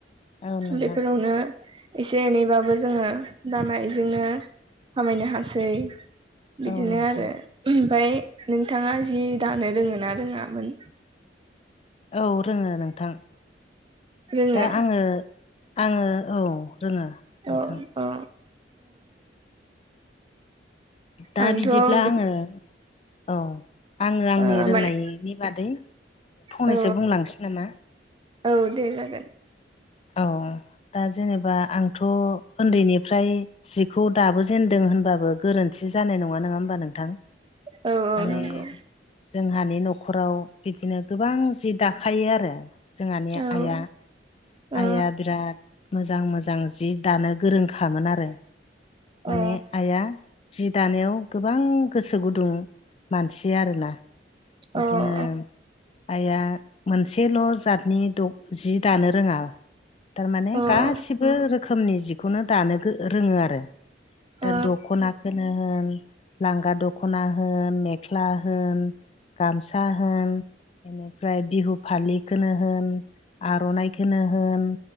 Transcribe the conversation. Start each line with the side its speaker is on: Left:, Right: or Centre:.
Left: औ नोंथां
Right: बेफोरावनो एसे एनैबाबो जोङो दानायजोंनो खामायनो हासै बिदिनो
Left: औ नोंथां
Right: आरो ओमफ्राय नोंथाङा जि दानो रोङो ना रोङामोन
Left: औ रोङो नोंथां
Right: रोङो
Left: दा आङो आङो औ रोङो नोंथां
Right: अ अ
Left: दा
Right: आंथ'
Left: बिदिब्ला
Right: बिदि
Left: आङो औ आङो आंनि
Right: ओ
Left: रोंनायनि
Right: माने
Left: बादै फंनैसो
Right: औ
Left: बुंलांसै नामा
Right: औ दे जागोन
Left: औ दा जेनेबा आंथ' उनदैनिफ्राय जिखौ दाबो जेनदों होनबाबो गोरोनथि जानाय नङा नङा होमबा नोंथां
Right: औ औ
Left: माने
Right: नंगौ
Left: जोंहानि न'खराव बिदिनो गोबां जि दाखायो आरो जोंहानि
Right: औ
Left: आइआ
Right: ओ अ
Left: आइआ बिराद मोजां मोजां जि दानो गोरोंखामोन आरो माने
Right: अ
Left: आइआ जि दानायाव गोबां गोसो गुदुं मानसि आरोना बिदिनो
Right: अ
Left: आइया मोनसेल' जातनि जि दानो रोङा थारमाने
Right: अ
Left: गासिबो रोखोमनि जिखौनो दानो रोङो आरो दा
Right: अ
Left: दख'नाखौनो होन लांगा दखना होन मेख्ला होन गामसा होन बेनिफ्राय बिहु फालिखौनो होन आर'नाइ खोनो होन